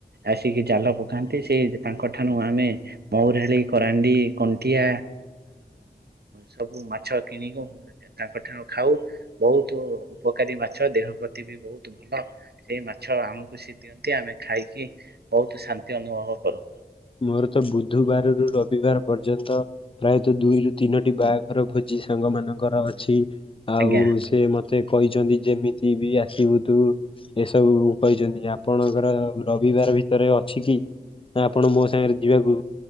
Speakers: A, on the right (about 70°); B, on the left (about 30°).
A: ଆସିକି ଜାଲ ପକାନ୍ତି, ସେଇ ତାଙ୍କଠାରୁ ଆମେ ମଉରାଳି, କରାଣ୍ଡି, କଣ୍ କଣ୍ଟିଆ ସବୁ ମାଛ କିଣିକୁ ତାଙ୍କଠାରୁ ଖାଉ, ବହୁତ ଉପକାରୀ ମାଛ, ଦେହ ପ୍ରତି ବି ବହୁତ ଭଲ। ସେଇ ମାଛ ଆମକୁ ସେ ଦିଅନ୍ତି, ଆମେ ଖାଇକି ବହୁତ ଶାନ୍ତି ଅନୁଭବ କରୁ।
B: ମୋର ତ ବୁଧବାରରୁୁ ରବିବାର ପର୍ଯ୍ୟନ୍ତ ପ୍ରାୟତଃ, ଦୁଇରୁ ତିନୋଟି ବାହାଘର ଭୋଜି ସାଙ୍ଗ ମାନଙ୍କର ଅଛି,
A: ଆଜ୍ଞା।
B: ଆଉ ସେ ମତେ ସେ କହିଚନ୍ତି, ଯେମିତି ବି ଆସିବୁ ତୁ। ଏସବୁ କହିଚନ୍ତି, ଆପଣଙ୍କର ରବିବାର ଭିତରେ ଅଛି କି? ନା ଆପଣ ମୋ ସାଙ୍ଗରେ ଯିବାକୁ